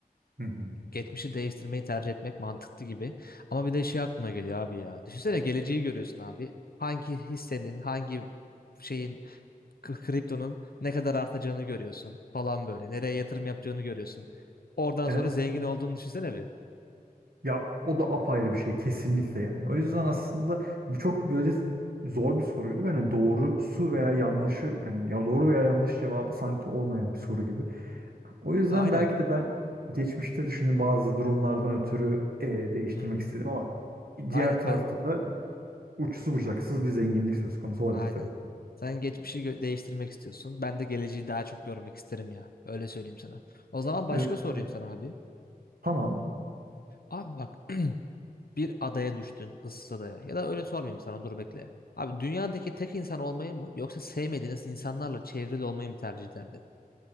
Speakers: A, on the right; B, on the left.
A: Hı hı.
B: geçmişi değiştirmeyi tercih etmek mantıklı gibi. Ama bir de şey aklıma geliyor abi ya. Düşünsene geleceği görüyorsun abi. Hangi hissenin, hangi şeyin, k- kriptonun ne kadar artacağını görüyorsun falan böyle. Nereye yatırım yapacağını görüyorsun. Oradan
A: Evet.
B: sonra zengin olduğunu düşünsene bir.
A: Ya o da apayrı bir şey kesinlikle yani. O yüzden aslında bu çok böyle zor bir soruydu. Ben hani doğrusu veya yanlışı yani ya doğru veya yanlış cevabı sanki olmayan bir soru gibi. O yüzden
B: Aynen.
A: belki de ben geçmişte düşündüğüm bazı durumlardan ötürü e, değiştirmek
B: Hı hı.
A: istedim ama diğer
B: Aynen
A: tarafta
B: ben
A: da uçsuz bucaksız bir zenginlik söz konusu olabilir
B: aynen.
A: tabii.
B: Sen geçmişi gö- değiştirmek istiyorsun. Ben de geleceği daha çok görmek isterim ya. Öyle söyleyeyim sana. O zaman başka
A: Evet,
B: sorayım
A: evet.
B: sana abi.
A: Tamam.
B: Abi bak bir adaya düştün, ıssız adaya. Ya da öyle sormayayım sana, dur bekle. Abi dünyadaki tek insan olmayı mı yoksa sevmediğiniz insanlarla çevrili olmayı mı tercih ederdin?